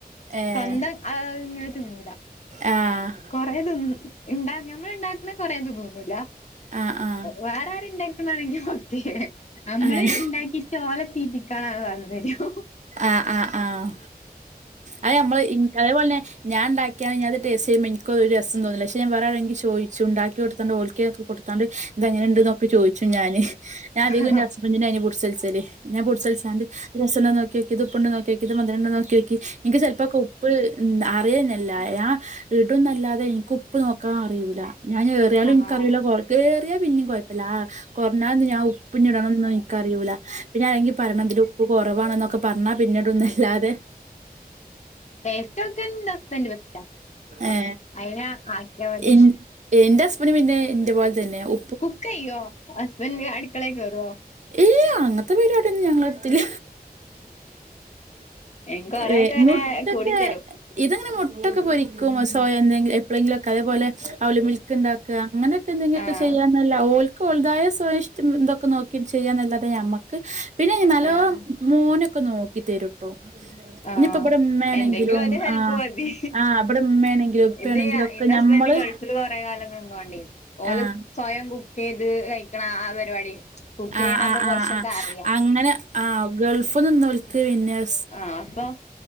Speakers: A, on the right; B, on the left.
A: ഏഹ്
B: സ്വന്തം ആ ഇങ്ങനെ തിന്നൂല
A: ആഹ്
B: കൊറെേ ഉണ്ടാകുന്നതു നമ്മൾ ഉണ്ടാക്കുന്ന കൊറെേതു തുന്നൂല്ല
A: ആഹ് ആഹ്
B: വേറെ ആരുണ്ടെങ്ക ണെങ്ക ഓക്കെ നമ്മള്
A: അങ്ങനെ
B: ഉണ്ടാക്കിട്ട് ഓലെ തീറ്റിക്കാുള്ള തല്പര്യോ
A: ആഹ് ആഹ് ആഹ് അത് നമ്മള് അതേപോലെന്നെ ഞാൻ ഉണ്ടാക്കിയാണ് ഞ അത് ടേസ് ചെയുമ്പോ എനിക്ക് ഒരു രസം തോന്നില്ല പക്ഷ വേറാ രാണെങ്കിൽ ചോദിച്ചു ഉണ്ടാക്കി കൊടുത്താണ്ട് കൊടുത്താണ്ട് ഇന്തെങ്ങനെ ഉണ്ട് എന്നൊക്കെ ചോദിച്ചു ഞാന് ഞാ
B: അങ്ങനെയാണ്
A: അധികം എന്റെ ഹസ്ബൻറിന്റെ അതിനെ കുറിച്ച് ഞാൻ ടിച്ചണ്ട് ഇതു രസമുണ്ടോ എന്ന് നോക്കി ഇത് ഉപ്പ്‌ ഉണ്ട് നോക്കിനോക്കിക്കേ ഇത് മധു രമുണ്ടോ നോക്കിനോക്കിക്കേ ഇനിക്ക് ചിലപ്പോെ ഉപ്പ് ഉ അറിയുന്നില്ല ഞാൻ ഇടുന്നല്ലാതെ എനിക്ക് ഉപ്പ് നോക്കാൻ അറിയുല്ല ഞാൻ അറിയാലും
B: ആഹ്
A: എനിക്കറിയില്ലയറിയാ ഏറിയാൽ പിന്നെയും കുഴപ്പമില്ല കൊറഞ്ഞാൽ ഞാൻ പിന്നീടാണോ ഒന്നും എനിക്കു അറിയൂലാ പിന്നെ അല്ലെങ്കി പറഞ്ഞണം ഇതിൽ ഉപ്പ് കുറവാണ എന്നൊക്കെ പറഞ്ഞാ പിന്നീട ഒന്ന് അല്ലാതെ
B: ടേസ്റ്റ് നോക്കാൻ എന്റെ ഹസ്ബൻഡ് ബെസ്റ്റാ
A: ഏ
B: അയിനു ആക്കിയാൽ മതി
A: എൻ എന്റെ ഹസ്ബൻഡിനു പിന്നെ എന്റെപോലെ തന്നെയാ ഉ
B: കുക്കുചെയ്യുവോ ഹസ്ബൻഡ് അടുക്കളയിൽ കയറുവോ
A: ഇല്ല അങ്ങനത്തെ പരിപാടിയൊന്നും ഞങ്ങളെടുത്തില്ല
B: എനിക്ക് കൊറെയൊക്കെ
A: ഏഹ്
B: ഇങ്ങനെ
A: മുട്ടൊക്കെ
B: കൂടിത്തരും
A: ഇതങ്ങനെ മുട്ടൊക്കെ പൊരിക്കും സോയ എന്തെങ്കിലും എപ്പൊളെങ്കിലും ഒക്കെ അതു പോലെ അവല് മിൽക്ക് ഉണ്ടാ അങ്ങനൊക്കെ എന്തെങ്കിലൊക്കെ
B: ആഹ്
A: ചെയ്യാന്നല്ല ഓൾക്ക് ഓളുടേതായ സ്വയ ഇഷ്ടങ്ങള് എന്തൊക്കെ നോ ചെയ്യാനല്ലാതെ നമ്മക്ക് പിന്നെ നല്ലോണം
B: ആഹ്
A: മോനൊക്കെ നോക്കി തരൂട്ടോ
B: ആഹ്
A: ഇനിയിപ്പോ ഇവിടെ ഉമ്മാണെങ്കിലും
B: എന്തെങ്കിലും ഒരു ഹെൽപ്പ്
A: ആഹ്
B: മതി
A: ആഹ് അവിടെ ഉമ്മ ആണെങ്കിലും ഉപ്പ
B: ഇത്
A: ആണെങ്കിലും ഒക്കെ
B: എന്റെ ഹസ്ബൻഡ്
A: നമ്മള്
B: ഗൾഫില് കൊറെ കാലം നിന്നോണ്ടേ ഓല്
A: ആഹ്
B: സ്വയം കുക്ക് ചെയ്ത് കഴിക്കണം ആഹ് പരിപാടി കുക്ക് ചെയ്യണെ
A: ആഹ്
B: അപ്പൊ
A: ആഹ്
B: കൊറച്ചൊക്കെ
A: ആഹ് ആഹ്
B: അറിയാം
A: അങ്ങനെ ആഹ് ഗൾഫ്ന്ന് ഇന്ന് വിളിച്ച്കഴിഞ്ഞാൽ
B: ആഹ് അപ്പൊ